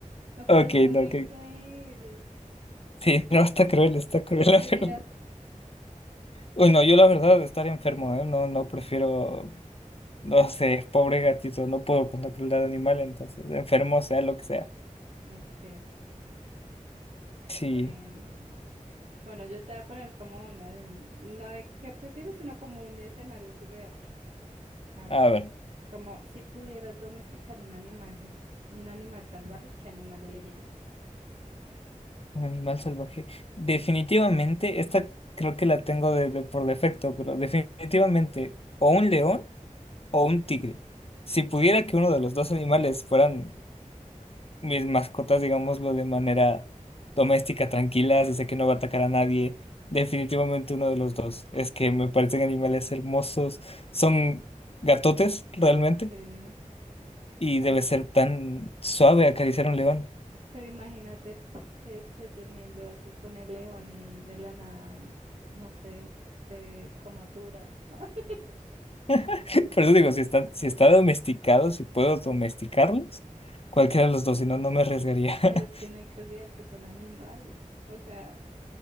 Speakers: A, on the right; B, on the left.
A: Me parece
B: Ok,
A: muy
B: no,
A: cruel.
B: Sí, no, está
A: ¿Tú,
B: cruel, está cruel,
A: tú qué
B: la
A: harías?
B: verdad. Uy, no, yo la verdad, estar enfermo, ¿eh? No, no prefiero, no sé, pobre gatito, no puedo con la crueldad animal, entonces, enfermo sea lo que sea.
A: Ok,
B: Sí,
A: bueno. Bueno, yo te voy a poner como una de un- no de qué prefieres, sino como un escenario surreal. A ver,
B: a ver,
A: como si pudieras domesticar un animal, un animal salvaje, ¿qué animal elegirías?
B: un animal salvaje. Definitivamente, esta creo que la tengo de, de- por defecto, pero definitivamente, o un león o un tigre. Si pudiera que uno de los dos animales fueran mis mascotas, digámoslo de manera doméstica, tranquilas, y sé que no va a atacar a nadie. Definitivamente uno de los dos. Es que me parecen animales hermosos. Son gatotes realmente
A: Sí,
B: y
A: pero,
B: debe ser tan suave acariciar a un león.
A: pero imagínate que estés durmiendo así con el león y de la nada, no sé, se comaturas. <laughs>
B: <laughs> Por eso digo, si está, si está domesticado, si puedo domesticarlos, cualquiera de los dos, si no, no me arriesgaría. <laughs>
A: Pero es que no hay que olvidar que son animales, o sea,